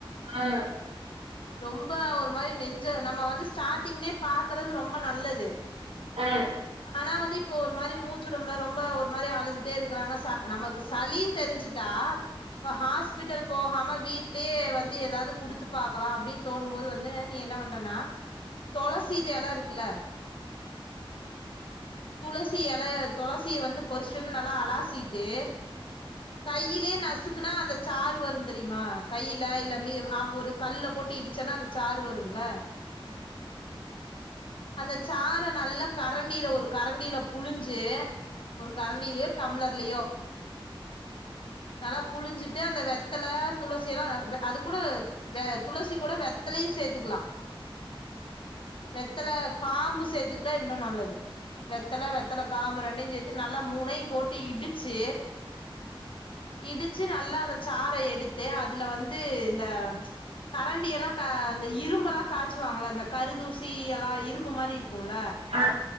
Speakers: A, on the right (about 85°); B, on the left (about 65°).
A: ஆஹ்
B: ரொம்ப ஒரு மாரி நெஞ்ச நம்ம வந்து ஸ்டாடிங்லேயே பாக்குறது ரொம்ப நல்லது
A: ஆ ஆ
B: ஆனா வந்து இப்ப ஒரு மாரி மூச்சுடமுடில ரொம்ப ஒரு மாரி அழுதுட்டே இருக்குறாங்க ச நமக்கு சளின்னு தெரிஞ்சுட்டா இப்ப ஹாஸ்பிடல் போகாம வீட்லயே வந்து ஏதாவது குடுத்து பாக்கலா அப்டின்னு தோணும்போது வந்து நீ என்ன வண்றேனா தொளசிது எல இருக்குல்ல துள சி எல தொளசிய வந்து பொறிச்சுட்டு வந்து நல்லா அலாசிட் டு கையிலே நசுக் க்குனா அந்த சாறுவருந்தெரியுமா கையில இல்ல மி ஆ ஒரு கல்லுல போட்டு இடிச்சேன்னா அந்த சாறு வரும்ல அந்த சார நல்லா கரண்டியில ஒரு கரண்டியில புழுஞ்சி ஒரு கரண்டிலயோ டம்ளர்லயோ நல்லா புழிஞ்சிட்டு அந்த வெத்தல துளசி எல்லா அது கூட வெ துளசி கூட வெத்தலயு சேத்துக்கலா வெத் தல காம்பு சேத்துகிட்டா இன்னு நல்லது வெத்தல வெத்தல காம்பு ரெண்டையுஞ்சேத் து நல்லா மூனையு போட்டு இடிச்சி இடிச்சி நல்லா அந்த சார எடுத்து அதுல வந்து இந்த கரண்டி எல்லா க அந்த இரும்பெல்லா காய்ச்சுவாங்கல்ல அந்த கருதூசி எல்லா இரும்பு மாரி இருக் குல்ல
A: ஆ